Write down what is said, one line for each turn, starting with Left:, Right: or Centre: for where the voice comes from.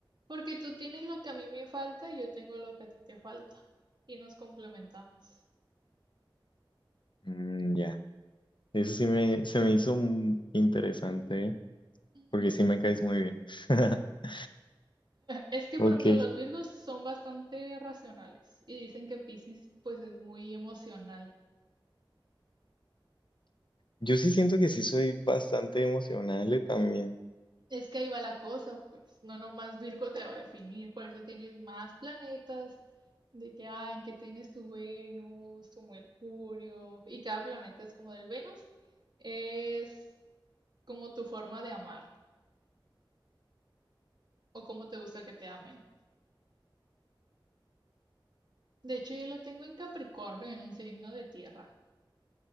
Right: Porque tú tienes lo que a mí me falta y yo tengo lo que a ti te falta. Y nos complementamos.
Left: Mm, ya. Eso sí me, se me hizo mm, interesante, ¿eh?
Right: <laughs>
Left: Porque sí me caes muy bien. <laughs>
Right: Es que,
Left: Ok.
Right: por ejemplo, los Virgos son bastante racionales y dicen que Piscis pues es muy emocional.
Left: Yo sí siento que sí soy bastante emocional eh, también.
Right: Es que ahí va la cosa, pues, no nomás Virgo te va a definir, por eso tienes más planetas, de que, ah, en que tienes tu Venus, tu Mercurio, y cada planeta es como del Venus, es como tu forma de amar, o como te gusta que te amen. De hecho, yo lo tengo en Capricornio, en un signo de tierra,